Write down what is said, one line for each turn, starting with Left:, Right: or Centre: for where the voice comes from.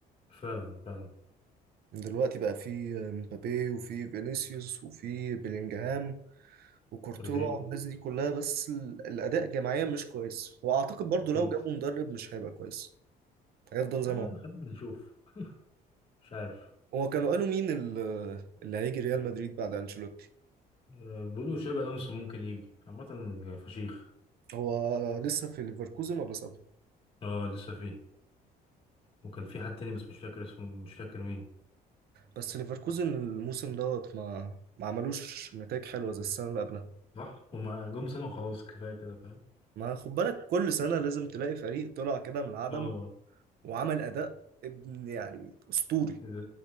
Left: فعلا فعلا
Right: من دلوقتي بقى في مبابي وفي فينيسيوس وفي بيلينجهام وكورتوا
Left: رودريجو
Right: والناس دي كلها بس ال- الاداء جماعيا مش كويس واعتقد برضو
Left: اكيد
Right: لو جابوا مدرب مش هيبقى كويس هيفضل زي
Left: آه
Right: ما هو
Left: خلينا نشوف مش عارف
Right: هو كانوا قالوا مين ال- اللي هيجي ريال مدريد بعد انشيلوتي
Left: آه بيقولوا شابي الونسو ممكن يجي عامة فشيخ
Right: هو لسه في ليفركوزن ولا صدر
Left: اه لسه فيه وكان في حد تاني بس مش فاكر اسمه مش فاكر مين
Right: بس ليفركوزن الموسم دوت ما ما عملوش نتائج حلوه زي السنه اللي قبلها
Left: صح هما جم سنة وخلاص كفاية كده فاهم
Right: ما خد بالك كل سنة لازم تلاقي فريق طلع كده من العدم
Left: اه
Right: وعمل أداء ابن يعني أسطوري
Left: زي